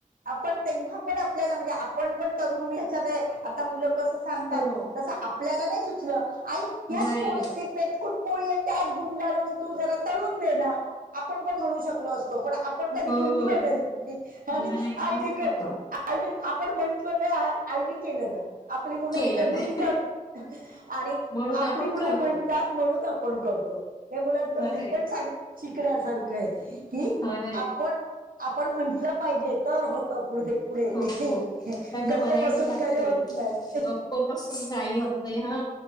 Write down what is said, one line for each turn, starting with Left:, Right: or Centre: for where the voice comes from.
Right: आपण तेव्हा पण आपल्याला म्हणजे आपण पण तरुण ह्याच्यात आहे आता मुलं कस सांगतात
Left: हो
Right: तस आपल्याला नाही सुचलं आई ह्याच
Left: नाही
Right: पोळी.. मेतकुट पोळी आहे त्यात गुंडाळून तू जरा तळून दे ना आपण पण म्हणू शकलो असतो पण आपण कधी
Left: हो
Right: म्हटलं नाही आणि
Left: नाही
Right: आईनी
Left: बरोबर
Right: क
Left: आहे
Right: आईनी आपण म्हंटलो नाही आईनी केलं नाही आपली मुलं
Left: केलं
Right: कर म्हणतात
Left: नाही
Right: आणि
Left: म्हणून
Right: आपली
Left: आपण
Right: मुलं
Left: करतो
Right: म्हण तात म्हणून आपण करतो हे मुलांकडून
Left: खरंय
Right: हे पण सांग शिकण्यासारखं आहे कि
Left: खरंय
Right: आपण आपण म्हटलं पाहिजे तर होत पुढे पुढे
Left: हो त्यांना
Right: गप्प
Left: व्हरायटी
Right: बसून
Left: लागते
Right: काही होत नाही
Left: गप्प पासून काही होत नाही हा